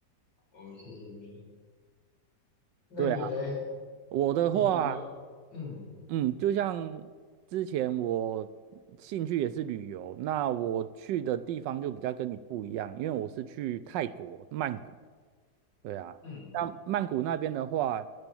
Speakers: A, on the left; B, on the right.
A: 哦，谢谢你。那你嘞？
B: 对啊，我的话，
A: 你有嗯
B: 嗯，就像之前我兴趣也是旅游，那我去的地方就比较跟你不一样，因为我是去泰国曼谷。对啊，
A: 嗯
B: 那曼谷那边的话，